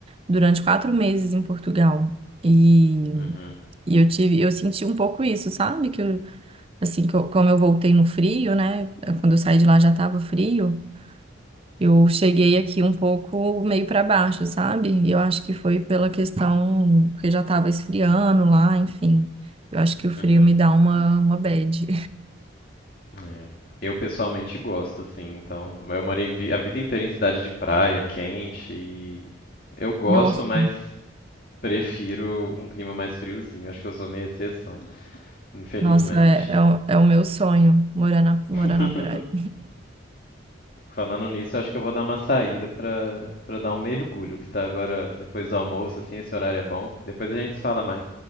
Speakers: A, on the right; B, on the left.
A: durante quatro meses em Portugal e,
B: Uhum,
A: e eu tive, eu senti um pouco isso, sabe? Que eu, assim, que eu- como eu voltei no frio, né? É, Quando eu saí de lá já estava frio, eu cheguei aqui um pouco meio para baixo, sabe? E eu acho que foi pela questão que já estava esfriando lá, enfim. Eu acho que o frio
B: uhum.
A: me dá uma, uma bad.
B: É. Eu pessoalmente gosto, assim, então. Eu morei vi- a vida inteira em cidade de praia, quente, e eu gosto,
A: Nossa.
B: mas prefiro um clima mais friozinho. Acho que eu sou meio exceção, infelizmente.
A: Nossa, é, é, o, é o meu sonho, morar na, morar
B: <laughs>
A: na praia.
B: Falando nisso, acho que eu vou dar uma saída pra, pra dar um mergulho, que tá agora depois do almoço, assim, esse horário é bom. Depois a gente se fala mais.